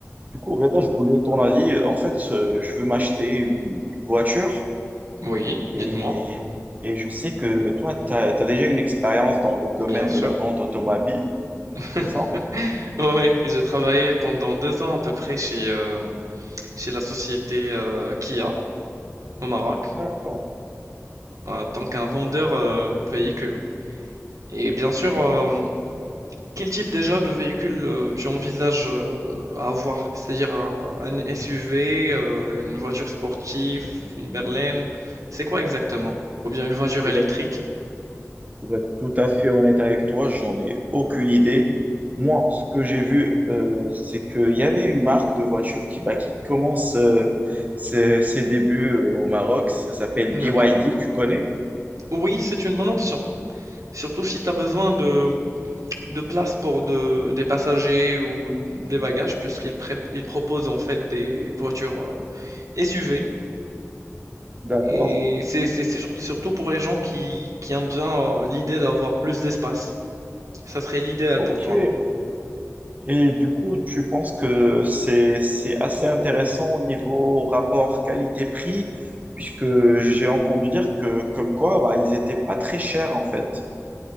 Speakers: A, on the right; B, on the right.
A: Du coup, Reda, je voulais ton avis. En fait, euh, je veux m'acheter une, une voiture
B: Oui,
A: et,
B: dites-moi,
A: et je sais que toi, tu as, déjà une expérience dans le domaine
B: bien sûr.
A: de la vente automobile,
B: <laughs>
A: c'est ça?
B: Oui, j'ai travaillé pendant 2 ans à peu près chez, euh, chez la société euh, Kia au Maroc
A: D'accord.
B: en tant qu'un vendeur euh, de véhicules. Et bien sûr, euh, quel type déjà de véhicule euh, tu envisages euh, à avoir? C'est-à-dire un, un SUV, euh, une voiture sportive, une berline, c'est quoi exactement? Ou bien une voiture
A: Pour
B: électrique?
A: être, pour être tout à fait honnête avec toi, j'en ai aucune idée. Moi, ce que j'ai vu, euh, c'est qu'il y avait une marque de voiture qui, bah, qui commence euh, ses, ses débuts euh, au Maroc. Ça s'appelle
B: D'accord.
A: BYD, tu connais?
B: Oui, c'est une bonne option. Surtout si tu as besoin de, de place pour de- des passagers ou des bagages, puisqu'ils pré- ils proposent en fait des voitures euh, SUV.
A: D'accord.
B: Et c'est c'est- c'est sur- surtout pour les gens qui, qui aiment bien euh, l'idée d'avoir plus d'espace. Ça serait l'idéal
A: Ok.
B: pour toi.
A: Et du coup, tu penses que c'est c'est assez intéressant au niveau rapport qualité-prix, puisque j'ai entendu dire que comme quoi, bah, ils étaient pas très chers en fait.